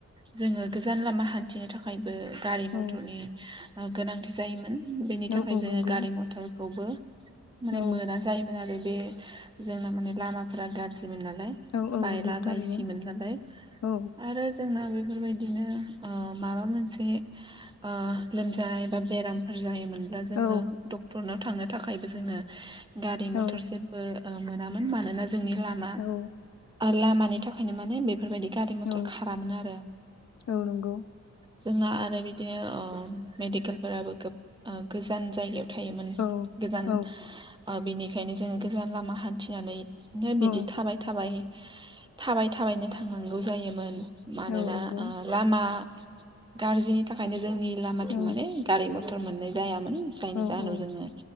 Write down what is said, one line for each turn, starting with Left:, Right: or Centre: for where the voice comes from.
Right: जोङो गोजान लामा हान्थिनो थाखायबो गारि
Left: औ
Right: मथरनि ओ गोनांथि जायोमोन बेनि
Left: औ
Right: थाखाय
Left: औ
Right: जोङो
Left: नंगौ
Right: गारि मथरखौबो माने
Left: औ
Right: मोना जायोमोन आरो बे जोंना माने लामाफोरा गाज्रि मोन नालाय
Left: औ औ
Right: बायला
Left: नंगौ थारैनो
Right: बायसिमोन नालाय
Left: औ
Right: आरो जों बेफोरबायदिनो माबा मोनसे ओ लोमजानाय बा बेरामफोर जायोमोन बा जोङो
Left: औ
Right: डक्टरनाव थांनो थाखायबो जोङो गारि
Left: औ
Right: मथर जेबो ओ मोनामोन मानोना जोंनि लामा
Left: औ
Right: लामानि थाखायनो माने बे फोरबायदि गारि मथर
Left: औ
Right: खारामोन आरो
Left: औ नंगौ
Right: जोंना आरो बि दिनो मेडिकेलफोराबो गोबा-गोजान जायो मोन
Left: औ
Right: गोजान
Left: औ
Right: बेनिखायनो जोङो गोजान लामा हान्थिनानै बिदि
Left: औ
Right: थाबाय थाबाय थाबाय थाबायनो थांनांगौ जायोमोन। मानोना
Left: औ नंगौ
Right: ओ लामा गाज्रिनि थाखायनो जोंनि लामाथिं
Left: औ
Right: माने गारि मथर भ मोननाय जायामोन जायनि
Left: औ
Right: जाहोनाव
Left: औ नंगौ औ
Right: जोङो